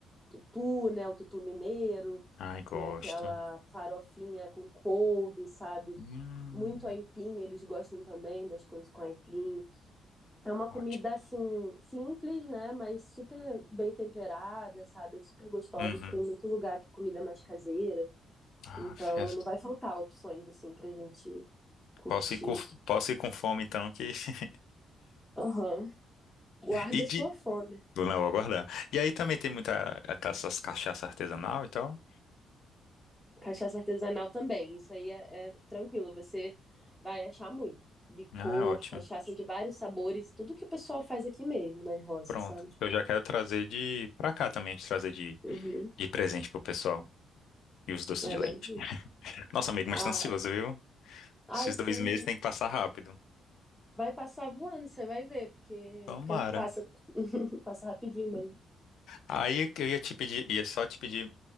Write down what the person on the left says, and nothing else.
Ai, gosto.
Hum,
ótimo.
Uhum.
Ah,
fias-
posso ir com, posso ir com fome então que <laughs>
e de
vou não vou guardar. E aí também tem muita essas cachaça artesanal e tal.
Ah, ótimo.
Pronto.
Eu já quero trazer de pra cá também, trazer de
de presente pro pessoal e os doces
de leite.
<laughs> Nossa, amigo,
mas tá ansioso, viu?
Esses
dois meses tem que passar rápido.
Tomara.
Aí eu ia te pedir, ia só te pedir,